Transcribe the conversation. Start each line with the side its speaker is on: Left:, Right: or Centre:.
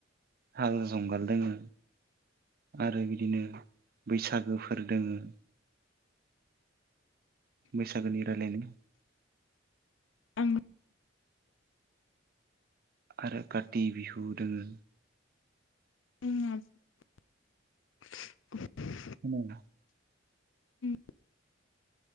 Right: हाल जुंगाल दोङो आरो बिदिनो बैसागोफोर दोङो बैसागोनि रायलायनाय
Left: आं
Right: आरो खाथि बिहु दोङो
Left: <unintelligible>
Right: <unintelligible>
Left: उम